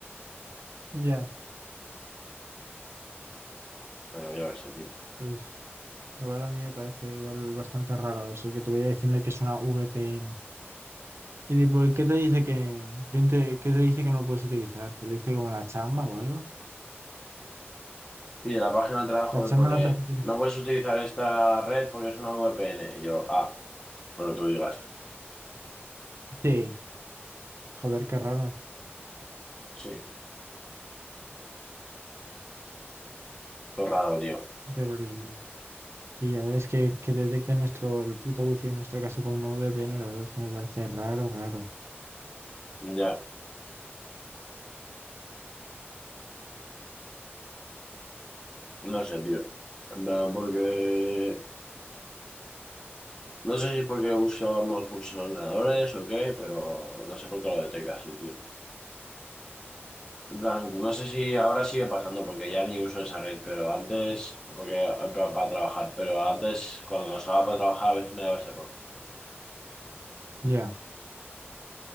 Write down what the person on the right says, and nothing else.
Ya,
pues igual a mí me parece igual bastante raro eso que te voy a diciendo que es una VPN. Y tipo, ¿y qué te dice que, quién te, qué te dice que no puedes utilizar? ¿Te lo dice como la chamba o algo?
La
chamba
no te deja utilizar.
Sí, joder, qué raro.
Pero el- sí, ya ves que, que detecten nuestro, el puto wifi en nuestro caso con una VPN, la verdad es que me parece raro, raro.
Ya,